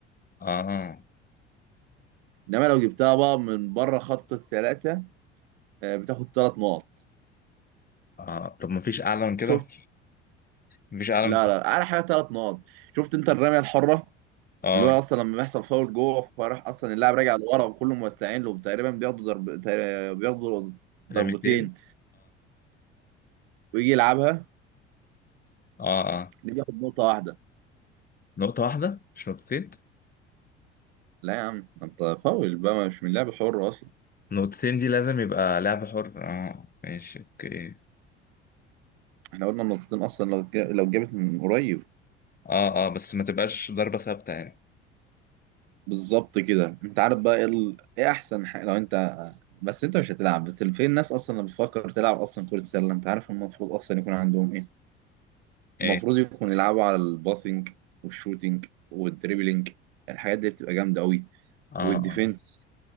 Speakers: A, on the left; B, on the right.
A: اه
B: انما لو جبتها بقى من بره خط الثلاثه آه، بتاخد ثلاث نقط
A: اه طب ما فيش اعلى من كده
B: شفت
A: مفيش اعلى
B: لا
A: من
B: لا على حاجه ثلاث نقط شفت انت الرميه الحره
A: اه
B: اللي هو اصلا لما بيحصل فاول جوه فراح اصلا اللاعب راجع لورا وكله موسعين له تقريبا بياخدوا ضرب تقريباً بياخدوا
A: لميتين
B: ضربتين ويجي يلعبها
A: اه اه
B: دي بياخد نقطة واحدة
A: نقطة واحدة مش نقطتين
B: لا يا عم ما انت فاول بقى مش من لعب حر اصلا
A: نقطتين دي لازم يبقى لعب حر اه ماشي اوكي
B: احنا قلنا النقطتين اصلا لو جا- لو جابت من قريب
A: اه اه بس ما تبقاش ضربة ثابتة يعني
B: بالظبط كده انت عارف بقى ايه ال- ايه احسن حاجة لو انت بس انت مش هتلعب بس فين الناس اصلا اللي بتفكر تلعب اصلا كرة سلة انت عارف المفروض اصلا يكون عندهم ايه
A: ايه
B: المفروض يكونوا يلعبوا على الباسنج والشوتينج والدريبلينج الحاجات دي بتبقى جامدة قوي
A: اه اه
B: والديفنس